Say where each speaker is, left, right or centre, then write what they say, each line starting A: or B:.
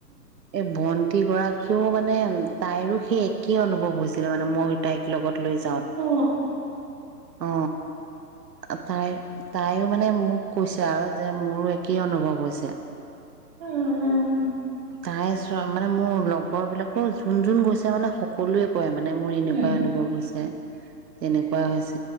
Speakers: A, on the right; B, on the right.
A: এই বনটো গৰাকীও মানে তাইৰো সেই একেই অনুভৱ হৈছিলে মানে মই তাইক লগত লৈো
B: উ
A: অ আ তায় তাইও মানে মোক কৈছে আৰু যে মোৰো একেই অনুভৱ হৈছে
B: উম উম
A: চাই চ মানে মোৰ লগৰ বিলাকো যোন যোন গৈছে মানে সকলোৱে কয় মানে মোৰ এনেকুৱাই
B: উম
A: অনুভৱ হৈছে তেনেকুৱা হৈছে